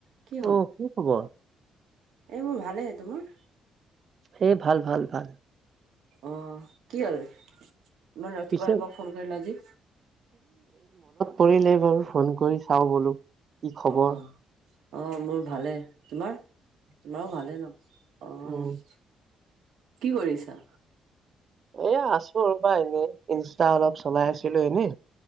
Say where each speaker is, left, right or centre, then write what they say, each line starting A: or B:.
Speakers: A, on the right (about 75°); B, on the right (about 50°).
A: কি হ'ল?
B: অ খবৰ
A: এই মোৰ ভালেই। তোমাৰ?
B: হেই ভাল ভাল ভাল।
A: অহ। কি হ'ল? ইমান ৰাতিপুৱা-ৰাতিপুৱা
B: পিছে
A: ফোন কৰিলা আজি?
B: কৰিলেই বাৰু ফোন কৰি চাওঁ বোলো। কি খবৰ
A: অহ অহ। মোৰ ভালেই। তোমাৰ? তোমাৰো ভালে ন? অহ।
B: উম
A: কি কৰি আছা?
B: এয়া আছো ৰ'বা। এনেই ইনষ্টা অলপ চলাই আছিলোঁ এনেই।